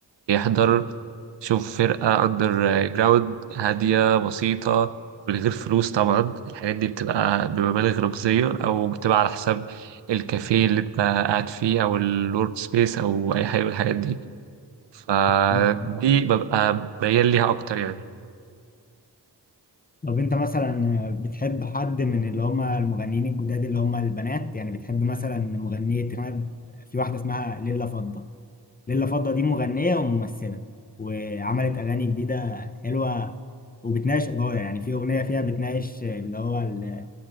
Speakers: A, on the right; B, on the left.
A: يحضر شوف فرقة أندر جراوند هادية بسيطة من غير فلوس طبعا الحاجات دي بتبقى بمبالغ رمزية أو بتبقى على حساب الكافيه اللي أنت قاعد فيه أو الورك سبيس أو أي حاجة من الحاجات دي فدي
B: طب
A: ببقى ميال ليها أكتر يعني
B: طب انت مثلا بتحب حد من اللي هم المغنيين الجداد اللي هم البنات يعني بتحب مثلا مغنيه راب في واحده اسمها ليلى فضة ليلة فضة دي مغنية وممثلة وعملت أغاني جديدة حلوة وبتناقش قضايا يعني في أغنية فيها بتناقش اللي هو ال-